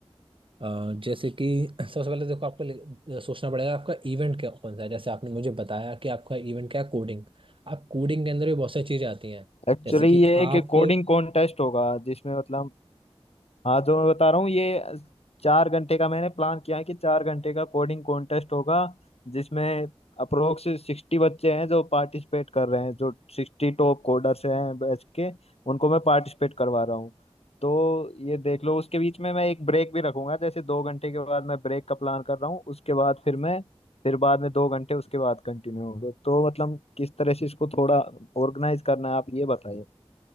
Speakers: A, on the right; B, on the left.
A: अ, जैसे कि सबसे पहले देखो आपको ले- सोचना पड़ेगा आपका इवेंट क्या कौन सा है जैसे आपने मुझे बताया कि आपका इवेंट क्या है कोडिंग आप कोडिंग के अंदर भी बहुत सारी चीज़ें आती हैं
B: एक्चुअली
A: जैसे कि
B: ये
A: आप
B: एक कोडिंग कॉन्टेस्ट होगा जिसमें मतलब हाँ जो मैं बता रहा हूँ ये चार घंटे का मैंने प्लान किया है कि चार घंटे का कोडिंग कॉन्टेस्ट होगा जिसमें अप्रोक्स सिक्सटी बच्चे हैं जो पार्टिसिपेट कर रहे हैं जो सिक्सटी टॉप कोडर्स हैं बैच के उनको मैं पार्टिसिपेट करवा रहा हूँ तो ये देख लो उसके बीच में मैं एक ब्रेक भी रखूंगा जैसे दो घंटे के बाद मैं ब्रेक का प्लान कर रहा हूँ उसके बाद फिर मैं फिर बाद में दो घंटे उसके बाद कंटिन्यू होंगे तो मतलब किस तरह से इसको थोड़ा ऑर्गेनाइज करना है आप ये बताइए